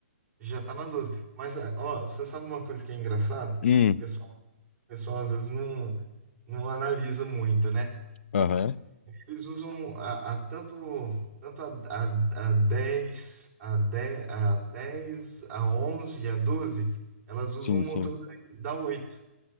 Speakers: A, on the right; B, on the left.
A: já tá na 12. Mas, ah, ó, você sabe uma coisa que é engraçada?
B: Hum,
A: O pessoal, o pessoal às vezes não, não analisa muito, né?
B: aham.
A: Eles usam a, a tanto, tanto a, a, a 10, a 10 a 10 a 11 a doze elas usam
B: Sim,
A: um
B: sim.
A: motor da da 8.